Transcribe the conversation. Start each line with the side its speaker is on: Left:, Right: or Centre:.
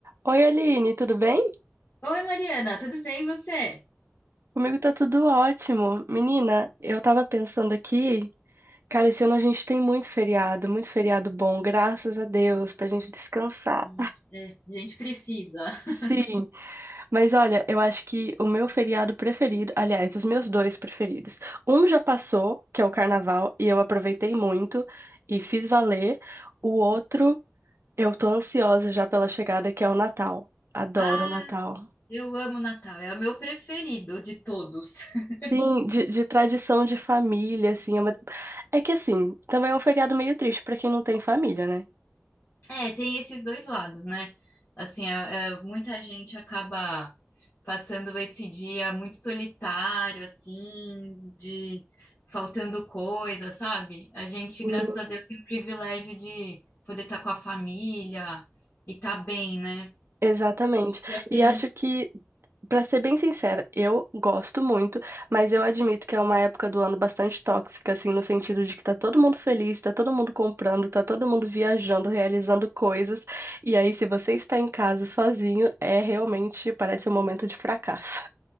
Right: Oi, Aline, tudo bem?
Left: Oi, Mariana, tudo bem e você?
Right: Comigo tá tudo ótimo. Menina, eu tava pensando aqui, cara, esse ano a gente tem muito feriado, muito feriado bom, graças a Deus, pra gente descansar.
Left: Nossa, é, a gente precisa. <laughs>
Right: Sim, mas olha, eu acho que o meu feriado preferido, aliás, os meus dois preferidos. Um já passou, que é o carnaval, e eu aproveitei muito e fiz valer. O outro, eu tô ansiosa já pela chegada, que é o Natal. Adoro
Left: Ah,
Right: o Natal.
Left: eu amo Natal, é o meu preferido de todos. <laughs>
Right: Sim, de, de tradição de família, assim. É, uma... é que, assim, também é um feriado meio triste pra quem não tem família, né?
Left: É, tem esses dois lados, né? Assim, é- é, muita gente acaba passando esse dia muito solitário, assim, de faltando coisa, sabe? A gente,
Right: Sim,
Left: graças a Deus, tem o privilégio de poder estar com a família e estar bem, né?
Right: Exatamente.
Left: Dia feliz.
Right: E acho que, pra ser bem sincera, eu gosto muito, mas eu admito que é uma época do ano bastante tóxica, assim, no sentido de que tá todo mundo feliz, tá todo mundo comprando, tá todo mundo viajando, realizando coisas. E aí, se você está em casa sozinho, é realmente, parece um momento de fracasso.